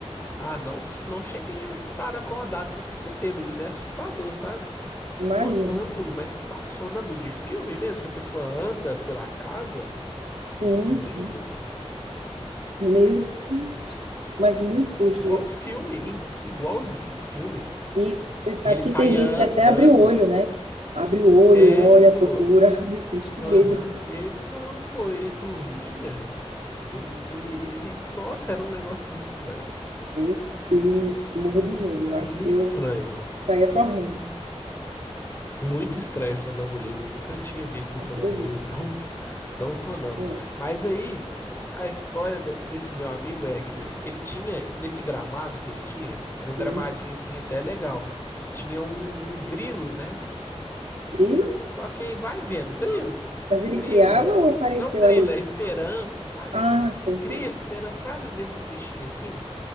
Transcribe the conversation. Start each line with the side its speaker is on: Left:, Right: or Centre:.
Left: Ah, não, não cheguei a estar acordado pra perceber, mas isso é assustador, sabe? Sonâmbulo,
Right: Imagina.
Left: mas sabe, sonâmbulo de filme mesmo, que a pessoa anda pela casa
Right: Sim,
Left: dormindo,
Right: sim. Meu Deus. Imagine o susto.
Left: igual
Right: viu?
Left: filme, igualzinho filme.
Right: E você sabe
Left: Ele
Right: que
Left: saía
Right: tem gente
Left: andando.
Right: que até abre o olho, né? Abre o olho,
Left: É,
Right: olha,
Left: pô.
Right: procura. <laughs> Meu Deus, que
Left: Aham,
Right: medo.
Left: Ele não, pô, ele dormia. Ele, ele, ele. Nossa, era um negócio muito estranho.
Right: Meu Deus. Morro de medo.
Left: Muito
Right: Eu acho que eu
Left: estranho.
Right: saía correndo.
Left: Muito estranho o sonambulismo. Eu nunca tinha visto
Right: Acredito.
Left: um sonambulismo tão, <laughs> tão sonâmbulo.
Right: É.
Left: Mas aí, a história de- desse meu amigo é que ele tinha, nesse gramado que ele tinha, era
Right: Sim.
Left: um gramadinho assim até legal. Tinha um- uns grilos, né?
Right: Grilo?
Left: Só que aí vai vendo, grilo.
Right: Mas ele
Left: Grilo
Right: criava
Left: é,
Right: ou apareceu
Left: é- não grilo,
Right: ali?
Left: é esperança, sabe?
Right: Ah,
Left: Aqueles
Right: sei,
Left: grilo,
Right: sei.
Left: esperança, vários desses bichinhos assim,